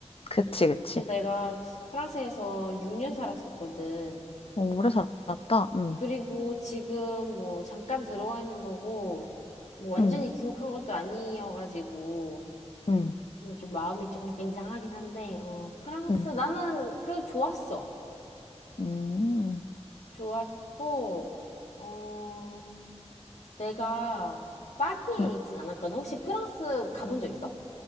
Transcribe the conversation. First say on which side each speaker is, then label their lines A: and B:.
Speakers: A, on the left (about 55°); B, on the left (about 80°).
A: 그치, 그치.
B: 그래 내가 프랑스에서 6년 살았었거든.
A: 어, 오래 살았다. 응,
B: 그리고 지금 뭐 잠깐 들어와 있는 거고, 뭐 완전히
A: 응,
B: 귀국한 것도 아니어가지고,
A: 응,
B: 그냥 좀 마음이 좀 약간 이상하긴 한데, 어, 프랑스,
A: 응,
B: 나는 그래도 좋았어.
A: 응,
B: 좋았고, 어, 내가 파리에
A: 응.
B: 있진 않았거든. 혹시 프랑스 가본 적 있어?